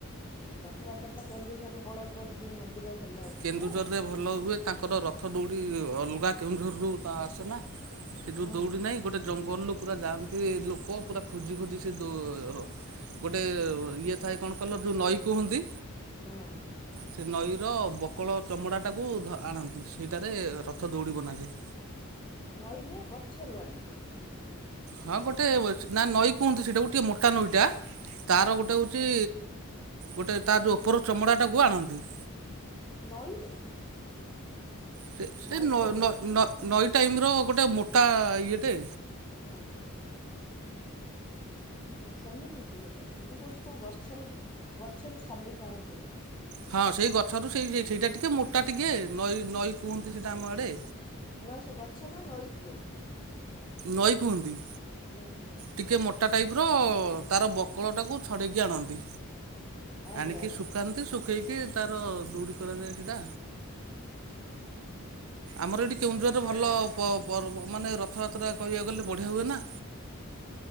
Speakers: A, on the left; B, on the right.
A: ରଥଯାତ୍ରା ତ କେନ୍ଦୁଝର ରେ ବଳଦେବ ଯୀଉ ମନ୍ଦିର ଭଲ। ଅଛି
B: କେନ୍ଦୁଝରରେ
A: ନା
B: ଭଲ ହୁଏ ତାଙ୍କର ରଥ ଦୌଡ଼ି ଅଲଗା କେଉଁଝରରୁ ତା ଆସେନା। ସେ
A: ହୁଁ।
B: ଯୋଉ ଦୌଡି ନାହିଁ, ଗୋଟେ ଜଙ୍ଗଲରୁୁ ପୁରା ଯାଆନ୍ତି ଲୋକ ପୁରା ଖୋଜି ଖୋଜି ସେ ଦୋ ହୋ ଗୋଟେ ଇଏ ଥାଏ କଣ କଲ ଯୋଉ ନଈ କୁହନ୍ତି?
A: ହୁଁ
B: ସେ ନଈର ବ କଳ ଚମଡ଼ାଟାକୁ ଧ- ଆଣନ୍ତି। ସେଇଟାରେ ରଥ ଦୌଡ଼ି ବନାଯାଏ।
A: ନଈ ନୁହେଁ ଗଛରୁ ଆଣିଥିବେ।
B: ହଁ ଗୋଟେ ଓ ସେ ନା ନଈ କୁହନ୍ତି ସେଇଟା ଗୋଟିଏ ମୋଟା ନଈଟା
A: ହୁଁ।
B: ତାର ଗୋଟେ ହଉ ଚି ଗୋଟେ ତା ଯୋଉ ଉପର ଚମଡ଼ାଟାକୁ ଆଣନ୍ତି।
A: ନଈରେ?
B: ସେ ସେ
A: ନଈ
B: ନ-
A: ଚମଡ଼ା
B: ନ -ନ- ନଈ ଟାଇମ୍ ର ଗୋଟେ ମୋଟା ଇଏଟେ।
A: ହଁ, ହୁଁ। ଓହୋ, ସେମିତି କି ଗୋଟେ କା। ମୁଁ କହୁଛି କୋଉ ଗଛର ଗଛରୁ ଛାଲିକି ଆଣୁଥିବେ।
B: ହଁ, ସେଇ ଗଛ ରୁ ସେଇ ସେଇଟା ଟିକେ ମୋଟା ଟିକେ ନଈ ନଈ କୁହନ୍ତି ସେଟା ଆମ ଆଡେ।
A: ନଈ ସେ ଗଛ ନାଁ ନଈ କୁହନ୍ତି।
B: ନଈ କୁହନ୍ତି।
A: ହୁଁ, ହୁଁ।
B: ଟିକେ ମୋଟା ଟାଇପ୍ ର। ତାର ବକ୍ଳଟାକୁ ଛଡ଼େଇକି ଆଣନ୍ତି।
A: ଆଜ୍ଞା
B: ଆଣିକି
A: ଆଜ୍ଞା
B: ଶୁଖାନ୍ତି, ଶୁଖେଇକି ତାର ଦୌଡି କରାଯାଏ ସେଟା। ଆମର ଏଠି କେଉଁଝର ରେ ଭଲ
A: ହୁଁ।
B: ପ-ପର୍ବ ମାନେ ରଥଯାତ ତ୍ରା କହିବାକୁ ଗଲେ ବଢିଆ ହୁଏ ନା।